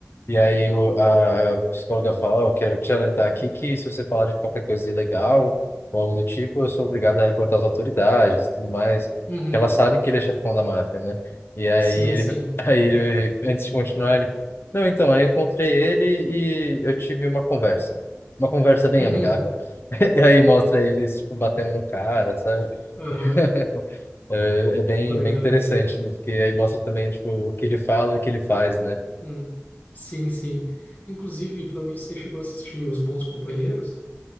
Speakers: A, on the left; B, on the left.
A: E aí o, a psicóloga fala, "Ó, eu quero te alertar aqui que se você falar de qualquer coisa ilegal ou algo do tipo, eu sou obrigado a reportar as autoridades e tudo mais.
B: uhum,
A: Porque ela sabe que ele é chefão da máfia, né? E aí
B: sim,
A: ele,
B: sim.
A: <laughs> aí ele, antes de continuar, ele, não, então, aí eu encontrei ele e eu tive uma conversa. Uma conversa bem
B: Uhum,
A: amigável. <laughs> E aí mostra eles, tipo, batendo no cara, sabe?
B: <laughs> aham,
A: <laughs> É, é bem,
B: pô, legal,
A: bem interessante,
B: legal.
A: né? Porque aí mostra também, tipo, o que ele fala e o que ele faz, né?
B: Hum, sim, sim. Inclusive, falando nisso, você chegou a assistir Os Bons Companheiros?